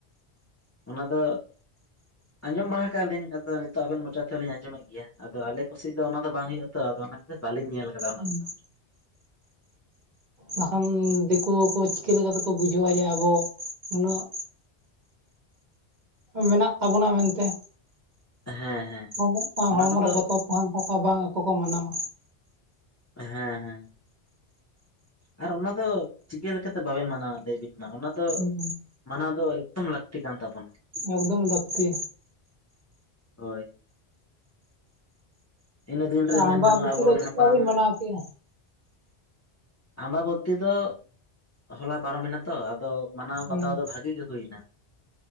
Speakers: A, on the left (about 25°); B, on the right (about 50°).
A: ᱚᱱᱟ ᱫᱚ ᱟᱸᱡᱚᱢ ᱵᱟᱲᱟ ᱟᱠᱟᱫᱼᱟ ᱞᱤᱧ ᱟᱫᱚ ᱱᱤᱛᱚᱜ ᱟᱵᱮᱱ ᱢᱚᱪᱟ ᱛᱮᱦᱚᱸ ᱞᱤᱧ ᱟᱸᱡᱚᱢᱮᱫ ᱜᱮᱭᱟ ᱟᱫᱚ ᱟᱞᱮ ᱠᱚᱥᱮᱜ ᱫᱚ ᱚᱱᱟ ᱫᱚ ᱵᱟᱝ ᱦᱩᱭᱩᱜᱼᱟ ᱛᱚ ᱟᱫᱚ ᱱᱟᱦᱟᱜ ᱥᱮ ᱵᱟᱹᱞᱤᱧ ᱧᱮᱞ ᱟᱠᱟᱫᱟ ᱚᱱᱟ᱾
B: ᱦᱩᱸ
A: ᱠᱚᱫᱚ
B: ᱵᱟᱠᱷᱟᱱ ᱫᱤᱠᱩ ᱠᱚ ᱪᱤᱠᱟᱹ ᱞᱮᱠᱟ ᱛᱮᱠᱚ ᱵᱩᱡᱷᱟᱹᱣᱟ ᱡᱮ ᱟᱵᱚ ᱩᱱᱟᱹᱜ ᱢᱮᱱᱟᱜ ᱛᱟᱵᱚᱱᱟ ᱢᱮᱱᱛᱮ
A: ᱦᱮᱸ ᱦᱮᱸ
B: ᱢᱤᱫᱴᱟᱱ
A: ᱚᱱᱟ
B: ᱦᱚᱲᱢᱚ
A: ᱠᱚᱫᱚ
B: ᱨᱮ ᱵᱚᱛᱚᱨ ᱟᱱ ᱠᱟᱛᱷᱟ ᱵᱟᱝ ᱟᱠᱚ ᱠᱚ ᱢᱟᱱᱟᱣᱟ᱾
A: ᱦᱮᱸ ᱦᱮᱸ᱾ ᱟᱨ ᱚᱱᱟ ᱫᱚ ᱪᱤᱠᱟᱹ ᱞᱮᱠᱟᱛᱮ ᱵᱟᱵᱮᱱ ᱢᱟᱱᱟᱣ-ᱟ ᱞᱟᱹᱭᱵᱤᱱ ᱢᱟ ᱚᱱᱟ ᱫᱚ
B: ᱦᱮᱸ
A: ᱢᱟᱱᱟᱣ ᱫᱚ ᱮᱠᱫᱚᱢ ᱞᱟᱹᱠᱛᱤ ᱠᱟᱱ ᱛᱟᱵᱚᱱ᱾
B: ᱮᱠᱫᱚᱢ ᱞᱟᱹᱠᱛᱤ᱾
A: ᱦᱳᱭ᱾ ᱤᱱᱟᱹ ᱫᱤᱱᱨᱮ
B: ᱟᱢᱵᱟᱵᱚᱛᱤ
A: ᱢᱮᱱ ᱜᱟᱱᱚᱜᱼᱟ ᱟᱵᱚᱨᱮᱱ
B: ᱫᱚ ᱪᱮᱫᱠᱟ
A: ᱦᱟᱯᱲᱟᱢ
B: ᱵᱤᱱ ᱢᱟᱱᱟᱣ ᱠᱮᱜᱼᱟ
A: ᱟᱢᱵᱟᱵᱚᱛᱤ ᱫᱚ ᱦᱚᱞᱟ ᱯᱟᱨᱚᱢ ᱮᱱᱟ ᱛᱚ ᱟᱫᱚ ᱢᱟᱱᱟᱣ ᱵᱟᱛᱟᱣ
B: ᱦᱮᱸ
A: ᱫᱚ ᱵᱷᱟᱜᱤ ᱜᱮ ᱦᱩᱭᱱᱟ᱾